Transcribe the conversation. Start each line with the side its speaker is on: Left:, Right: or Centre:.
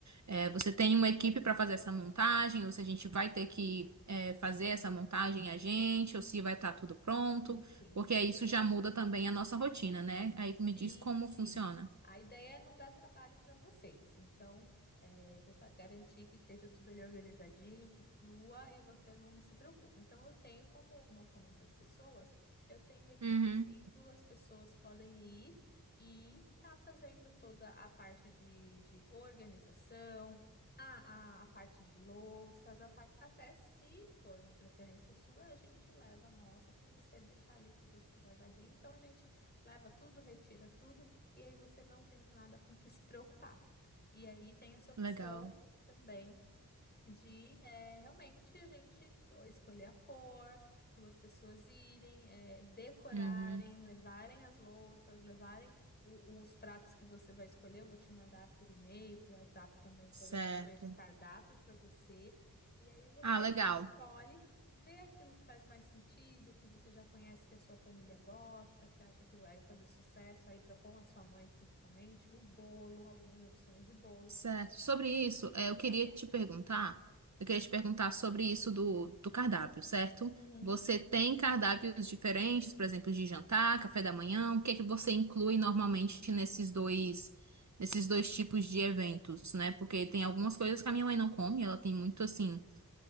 Right: eh, você tem uma equipe para fazer essa montagem, ou se a gente vai ter que eh, fazer
Left: uhum.
Right: essa montagem a gente, ou se vai estar tudo pronto,
Left: Sim, sim,
Right: porque
Left: ótimo.
Right: aí isso já muda também a nossa rotina, né? Aí
Left: Sim,
Right: me diz como
Left: sim.
Right: funciona.
Left: A ideia é não dar trabalho para vocês. Então, é, você só garantir que esteja tudo ali organizadinho, que flua e você não se preocupa. Então, eu tenho, como não são muitas pessoas, eu tenho equipe,
Right: Uhum,
Left: sim, duas pessoas podem ir e tá fazendo toda a parte de, de organização, a, a, a parte de louças, a parte. Até se for uma preferência sua, a gente leva a nossa para você deixar ali tudo a sua guardadinha. Então, a gente leva tudo, retira tudo, e aí você não tem nada com que se preocupar. E aí tem essa opção
Right: Legal.
Left: também de é, realmente a gente escolher a cor, duas pessoas irem, é, decorarem,
Right: uhum.
Left: levarem as louças, levarem o- os pratos que você vai escolher. Eu vou te mandar por e-mail, por WhatsApp também todas
Right: Certo.
Left: as opções de cardápio para você. E aí você
Right: Ah, legal.
Left: escolhe, vê aquilo que faz mais sentido, que você já conhece que a sua família gosta, que acha que vai fazer sucesso aí pra, com a sua mãe principalmente, o bolo, algumas opções de bolo.
Right: Certo. Sobre
Left: E
Right: isso,
Left: aí a gente
Right: eh, eu queria
Left: leva.
Right: te perguntar, eu queria te perguntar sobre isso do, do cardápio, certo?
Left: Uhum.
Right: Você tem cardápios diferentes, por exemplo, de jantar, café da manhã, o que é que você inclui normalmente
Left: Sim,
Right: nesses dois, nesses dois tipos de eventos, né?
Left: uhum,
Right: Porque tem algumas coisas que a minha mãe não come, ela tem muito assim.